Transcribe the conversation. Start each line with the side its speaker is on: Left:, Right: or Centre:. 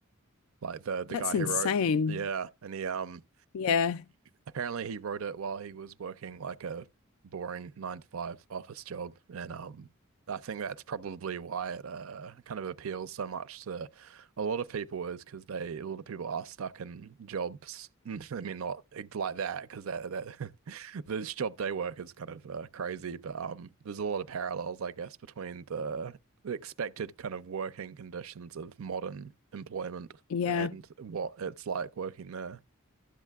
Right: Like the the
Left: That's
Right: guy
Left: insane.
Right: who wrote, yeah, and he um
Left: Yeah.
Right: Apparently he wrote it while he was working like a boring nine to five office job. And um I think that's probably why it uh kind of appeals so much to a lot of people is because they a lot of people are stuck in jobs. <laughs> I mean not e, like that because that that <laughs> this job they work is kind of uh, crazy, but um there's a lot of parallels I guess between the expected kind of working conditions of modern employment
Left: Yeah.
Right: and what it's like working there.